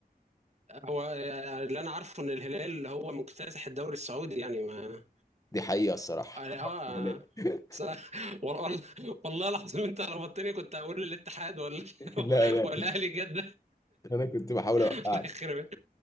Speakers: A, on the right; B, on the left.
A: هو آه، اللي انا عارفه ان الهلال هو مكتسح الدوري السعودي يعني ما
B: دي حقيقه الصراحه
A: انا اه
B: <laughs> لا
A: س- <laughs> والله والله العظيم انت ربطتني كنت هقول الاتحاد ولا
B: لا
A: <laughs>
B: لا
A: ولا اهلي جده
B: انا كنت بحاول
A: <laughs>
B: اوقعك
A: يخرب